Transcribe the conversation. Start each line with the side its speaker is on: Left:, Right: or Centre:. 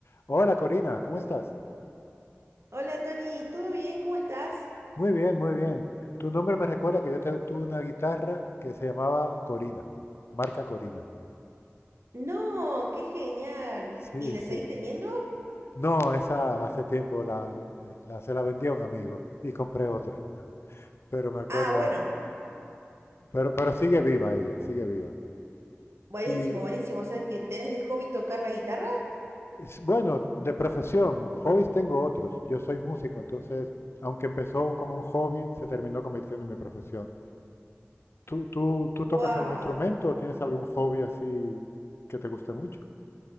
Left: Hola Corina, ¿cómo estás?
Right: Hola Tony, ¿todo bien? ¿Cómo estás?
Left: Muy bien, muy bien. Tu nombre me recuerda que yo te- tuve una guitarra que se llamaba Corina, marca Corina.
Right: No, qué genial.
Left: Sí,
Right: ¿Y le
Left: sí.
Right: seguís teniendo?
Left: No, esa hace tiempo la, la- se la vendí a un amigo y compré otra. Pero me acuerda,
Right: Ah, bueno,
Left: pero, pero sigue viva ella, sigue viva.
Right: buenísimo,
Left: Y
Right: buenísimo. O sea que tenés de hobby tocar la guitarra.
Left: es- bueno, de profesión, hobbies tengo otros. Yo soy músico, entonces, aunque empezó como un hobby, se terminó convirtiendo en mi profesión. ¿Tú, tú, tú
Right: ¡Wow!
Left: tocas algún instrumento o tienes algún hobby así que te guste mucho?